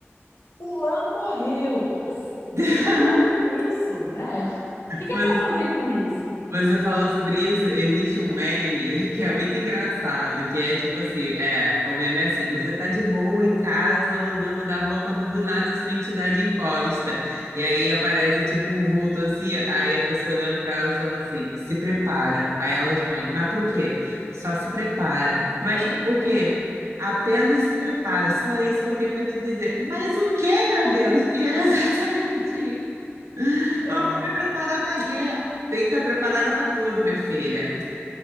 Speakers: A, on the left; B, on the right.
A: Fulano morreu. Como assim? O
B: <laughs>
A: que que eu tenho a ver com isso, né? O que que
B: Mas
A: é para fazer com isso?
B: Você falou sobre isso, existe um meme <laughs> que é muito engraçado, que é tipo assim, é, o meme é assim, você tá de boa em casa ou andando na rua quando do nada sua entidade encosta. E aí aparece tipo um vulto assim, aí a pessoa olhando pra ela e falando assim, se prepara. Aí ela responde, mas pro quê? Só se prepara. Mas
A: Eita.
B: o quê? Apenas se prepara, só isso que eu tenho pra te dizer. Mas o quê, meu Deus? E é <laughs> exatamente
A: é.
B: mas vou me preparar para quê? Tem que estar preparada para tudo, minha filha.